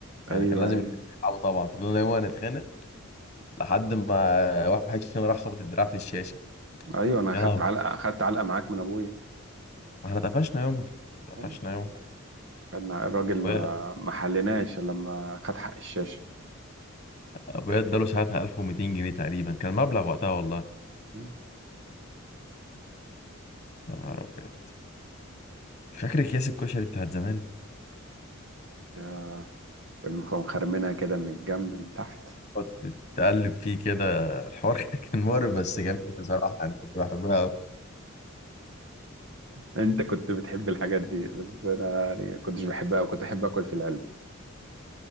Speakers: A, on the left; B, on the right.
A: يعني
B: ايوه
A: كان لازم
B: ايوه
A: يلعبوا طبعا فضلنا يوم نتخانق لحد ما واحد فينا راح خبط الدراع في الشاشة
B: ايوه انا
A: يا
B: خدت
A: لهوي
B: علقه خدت علقه معاك من ابويا
A: احنا اتقفشنا يومها اتقفشنا
B: ايوه
A: يومها
B: خدنا الراجل ما
A: ابويا
B: ما حلناش إلا لما خد حق الشاشه
A: ابويا اداله ساعتها 1200 جنيه تقريبا كان مبلغ وقتها والله
B: مم.
A: يا نهار ابيض فاكر اكياس الكشري بتاعت زمان
B: يا كنا مخرمينها كده من الجنب من تحت
A: تقعد تقلب فيه كده الحوار <laughs> كان مقرف بس جميل بصراحة انا كنت بحبها أوي.
B: انت كنت بتحب الحاجات دي بس انا يعني كنتش بحبها وكنت احب اكل في العلبه